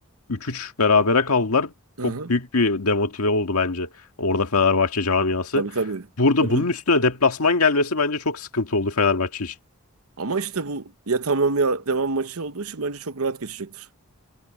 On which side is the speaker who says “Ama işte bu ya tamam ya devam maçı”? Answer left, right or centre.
Right